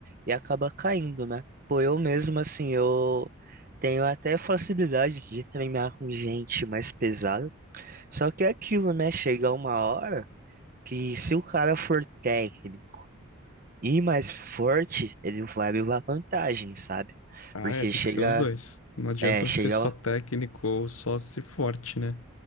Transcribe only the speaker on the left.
Ah,
é, tem
que ser os dois. Não adianta
ser só
técnico ou só ser forte, né?